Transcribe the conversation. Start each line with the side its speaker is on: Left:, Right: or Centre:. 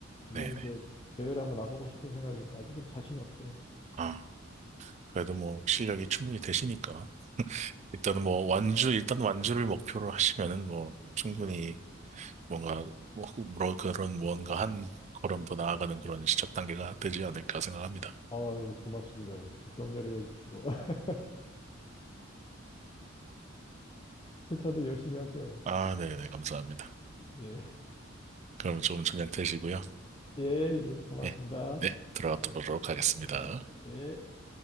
Left: 물론
Right: 네네.
Left: 이제 대회를 한번 나가고 싶은 생각인데 아직은 자신이 없어요.
Right: 아, 그래도 뭐, 실력이 충분히 되시니까. 일단은 뭐, 완주, 일단 완주를 목표로 하시면은 뭐, 충분히
Left: 예.
Right: 뭔가, 뭐, 뭐 그런 무언가 한 걸음 더 나아가는 그런 시작 단계가 되지 않을까 생각합니다.
Left: 아유, 고맙습니다. 이렇게 격려를 해주시고. <laughs> 세차도 열심히 하세요.
Right: 아, 네네. 감사합니다.
Left: 예.
Right: 그럼 좀 저녁 되시고요.
Left: 예, 예. 고맙습니다.
Right: 예. 네. 들어가 보도록
Left: 예,
Right: 하겠습니다.
Left: 예, 예.